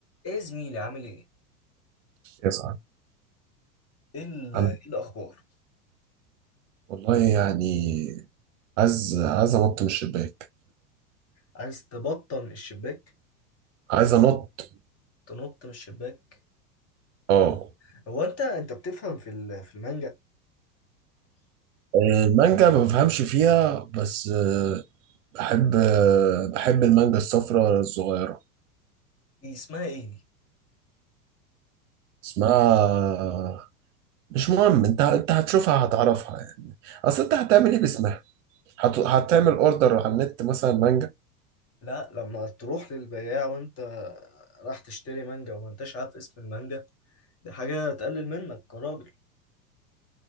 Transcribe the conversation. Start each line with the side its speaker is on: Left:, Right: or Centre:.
Left: ايه يا زميلي عامل ايه؟
Right: يسعد
Left: ايه ال-
Right: أنا
Left: إيه الاخبار؟
Right: والله يعني عايز عايز أنط من الشباك
Left: عايز تبطن الشباك؟
Right: عايز أنط
Left: تنط من الشباك؟
Right: أه
Left: ولا هو انت انت بتفهم في ال- في المانجا؟
Right: آه، المانجا ما بفهمش فيها بس آه، بحب آه، بحب المانجا الصفراء الصغيرة
Left: دي اسمها ايه دي؟
Right: اسمها مش مهم أنت أنت هتشوفها هتعرفها يعني أصل أنت هتعمل إيه باسمها هت... هتعمل أوردر على النت مثلا مانجا
Left: لا لما تروح للبياع وانت راح تشتري مانجا وما انتش عارف اسم المانجا دي حاجة تقلل منك كراجل